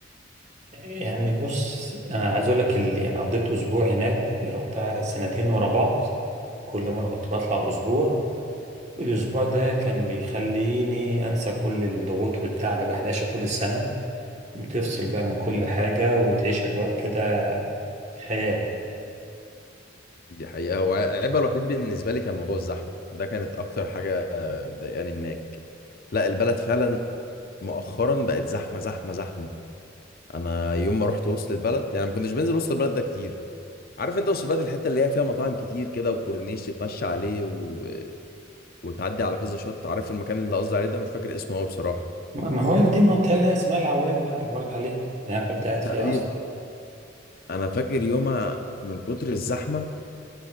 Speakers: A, on the right; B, on the left.
A: يعني بص انا عايز اقول لك اللي يعني قضيت اسبوع هناك رحتها سنتين ورا بعض كل مره كنت بطلع اسبوع الاسبوع ده كان بيخليني انسى كل الضغوط والتعب اللي الواحد عايشه طول السنه بتفصل بقى من كل حاجه وتعيش اجواء كده خيال
B: دي حقيقة هو عيبها الوحيد بالنسبة لي كان موضوع الزحمة ده كانت أكتر حاجة آه، مضايقاني هناك لا البلد فعلا مؤخرا بقت زحمة زحمة زحمة أنا يوم ما رحت وسط البلد يعني ما كنتش بنزل وسط البلد ده كتير عارف أنت وسط البلد الحتة اللي هي فيها مطاعم كتير كده وكورنيش تتمشى عليه و... وتعدي على كذا شط عارف المكان اللي قصدي عليه ده مش فاكر اسمه أوي بصراحة
A: ما ما هو دي المنطقه اللي هي اسمها العوام بقى اللي بقولك عليها اللي انا كنت قاعد فيها
B: تقريبا
A: اصلا
B: أنا فاكر يومها من كتر الزحمة